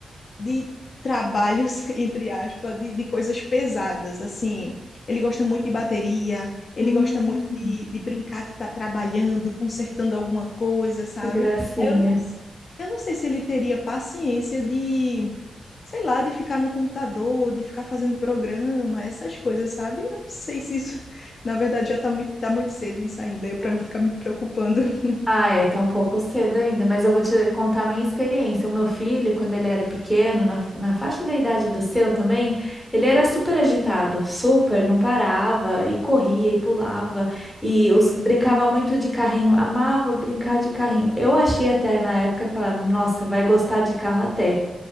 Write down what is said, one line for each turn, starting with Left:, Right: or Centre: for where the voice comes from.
Left: de trabalhos, <laughs> entre aspas, de, de coisas pesadas, assim. Ele gosta muito de bateria, ele
Centre: Hum,
Left: gosta muito de, de brincar que está trabalhando, consertando alguma coisa, sabe?
Centre: que gracinha.
Left: Aí eu não, s- eu não sei se ele teria paciência de, sei lá, de ficar no computador, de ficar fazendo programa, essas coisas, sabe? Eu não sei se isso, <laughs> na verdade, já está muito, tá muito cedo isso ainda, para
Centre: Hum.
Left: eu ficar me preocupando. <laughs>
Centre: Ah, é, tá um pouco cedo ainda, mas eu vou te contar a minha experiência. O meu filho, quando ele era pequeno, na, na faixa da idade do seu também, ele era super agitado, super, não parava, e corria e pulava, e
Left: Sim.
Centre: os- brincava muito de carrinho, amava brincar de carrinho. Eu achei até na época, falava, nossa, vai gostar de carro até.